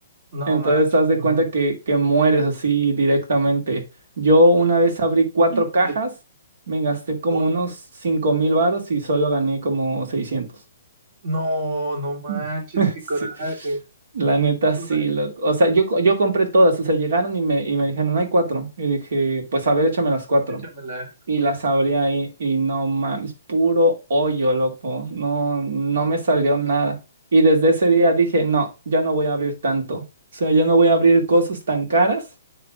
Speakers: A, on the right; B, on the right.
A: No
B: Entonces,
A: manches,
B: haz de
A: no.
B: cuenta que, que mueres así directamente. Yo una vez abrí cuatro
A: <laughs>
B: cajas, me gasté como
A: Cuatro.
B: unos cinco mil varos y solo gané como seiscientos
A: No, no manches,
B: Mm. <laughs>
A: qué
B: Sí.
A: coraje.
B: La neta, sí.
A: O sea,
B: loco. O sea, yo, co- yo compré todas, o sea, llegaron y me, y me dijeron, "No hay cuatro. Y dije, pues a ver, échame las cuatro.
A: échamelas.
B: Y las abrí ahí y no mames, puro hoyo, loco. No, no me salió nada. Y desde ese día dije, no, ya no voy a abrir tanto. O sea, ya no voy a abrir cosas tan caras.